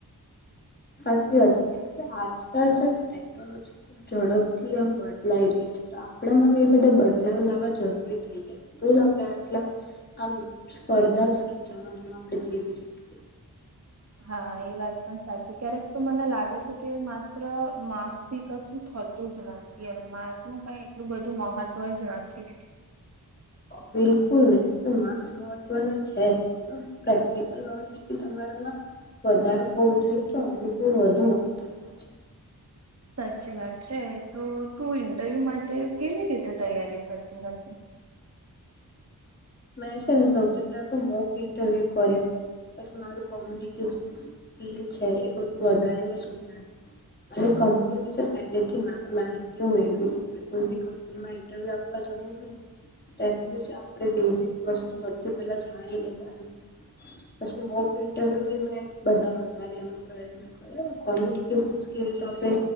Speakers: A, on the left; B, on the right.
A: સાચી વાત છે કેમ કે આજકાલ છે ને ટેકનોલોજી ખુબ ઝડપથી એમ બદલાઈ રહી છે તો આપણામાં એ બધા બદલાવ લાવવા જરૂરી થઈ ગયા છે તો જ આપણે આટલા આમ સ્પર્ધાજનક જમાનામાં આપણે જીવી શકીએએ
B: હા એ વાત પણ સાચું ક્યારેક તો મને લાગે લાગે છે કે માત્ર માર્ક્સ થી કશું થતું જ નથી માર્ક નું કઈ એટલું બધું મહત્વ જ નથી
A: બિલકુલ નહી તો માસ્ક મહત્વનો છે પણ પ્રેક્ટિકલ નોલેજ પણ તમારામાં વધારે હોવું જોઈએ તો અનુભવ વધુ હોતા છે
B: સાચી વાત છે તો તું ઇન્ટરવ્યુ માટે કેવી રીતે તૈયારી કરતી હતી
A: મે છે ને સોથી પેલા તો મોક ઇન્ટરવ્યુ કર્યા પછી મારું કોમ્યુનિકેશન સ્કીલ છે એ બધું વધારે મેં સુધારીયું અને કંપની વિશે પહેલેથી માહે માહિતીઓ મેળવી લીધી એવી કંપનીયો માં ઇન્ટરવ્યુ આપવા જવું હોય તેના વિશે આપણે બેઝિક વસ્તુ બધી પેલા જાણી લેવાની પછી મોપ ઇન્ટરવ્યુ મેં બધા વધારે એનો પ્રયત્ન કોમ્યુનિકેશન સ્કલ તો આપણે